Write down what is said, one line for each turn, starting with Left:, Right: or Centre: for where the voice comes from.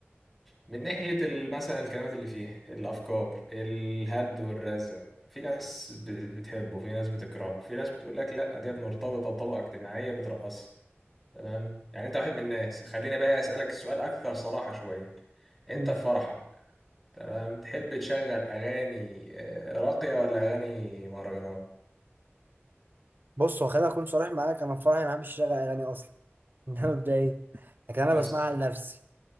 Centre: من ناحية ال- مثلا الكلمات اللي فيها الافكار الهد والرزع في ناس ب- بتحبه في ناس بتكرهه في ناس بتقول لك لا ديت مرتبطة بطبقة اجتماعية بترقصها تمام يعني انت واحد من الناس خليني بقى اسألك السؤال اكثر صراحة شوية انت
Right: مم.
Centre: في فرحك تمام تحب تشغل اغاني آه، راقية ولا اغاني مهرجانات
Right: بص هو خليني اكون صريح معاك انا في فرحي ما بحبش اشغل اغاني اصلا <laughs> ده مبدئيا لكن انا
Centre: اصلا
Right: بسمعها لنفسي